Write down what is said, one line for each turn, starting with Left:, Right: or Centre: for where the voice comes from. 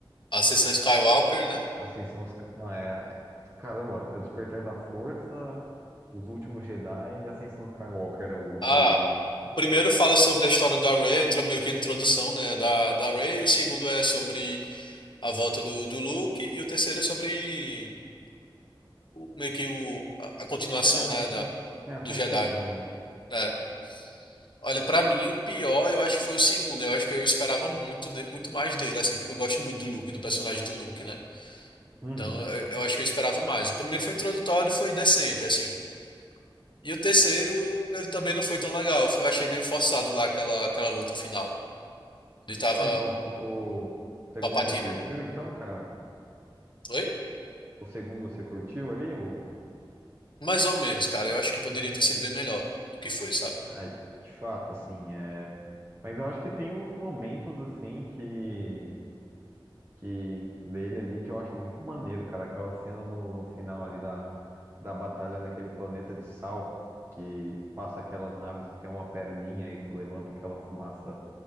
Left: Ascensão Skywalker, né?
Right: Ascensão. Esca- Não, é. Caramba, é o Despertar da Força, Os Últimos Jedi e Ascensão Skywalker é o,
Left: Ah,
Right: é o último.
Left: o primeiro fala sobre a história da Rey, entra meio que a introdução, né, da, da Rey. O segundo é sobre a volta do, do Luke. E o terceiro é sobre o- meio que o, a,
Right: O
Left: a continuação,
Right: terceiro é
Left: né,
Right: a,
Left: da,
Right: con- é a
Left: do
Right: conclusão
Left: Jedi.
Right: ali.
Left: É. Olha, pra mim, o pior, eu acho que foi o segundo. Eu acho que eu esperava muito, de, muito mais dele, assim, porque eu gosto muito do Luke, do personagem do Luke, né?
Right: Uhum.
Left: Então, eu, eu acho que eu esperava mais. O primeiro foi introdutório, foi decente, assim. E o terceiro, ele também não foi tão legal. Eu achei meio forçado lá aquela, aquela luta final. Ele tava.
Right: Ah, então, se- o segundo
Left: Papatina.
Right: você curtiu, então, cara?
Left: oi?
Right: O segundo você curtiu ali? O...
Left: Mais ou menos, cara. Eu acho que poderia ter sido bem melhor do que foi, sabe?
Right: Ah, de fato, assim, é. Mas eu acho que tem uns momentos, assim, que. que dele ali que eu acho muito maneiro, cara. Aquela cena no, no final ali da, da batalha naquele planeta de sal, que passa aquelas naves que tem uma perninha e levanta aquela fumaça